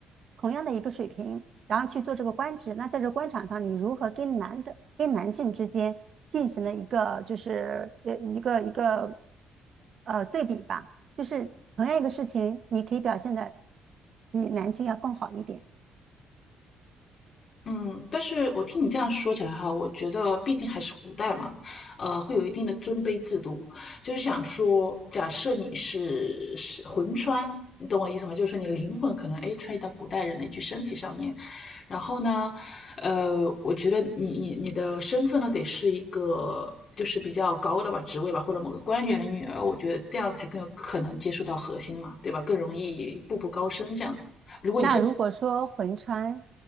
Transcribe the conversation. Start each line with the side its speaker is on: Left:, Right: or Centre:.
Right: 同样的一个水平，然后去做这个官职。那在这官场上，你如何跟男的？跟男性之间进行了一个就是呃一个一个呃对比吧，就是同样一个事情，你可以表现的比男性要更好一点。
Left: 嗯，但是我听你这样说起来哈，我觉得毕竟还是古代嘛，呃，会有一定的尊卑制度。就是想说，假设你是是魂穿，你懂我意思吗？就是说你的灵魂可能哎穿越到古代人的一具身体上面，然后呢，呃，我觉得你你你的身份呢，得是一个就是比较高的吧，职位吧，或者某个官员的女儿，我觉得这样才更有可能接触到核心嘛，对吧？更容易步步高升这样子。如果
Right: 那如果说魂穿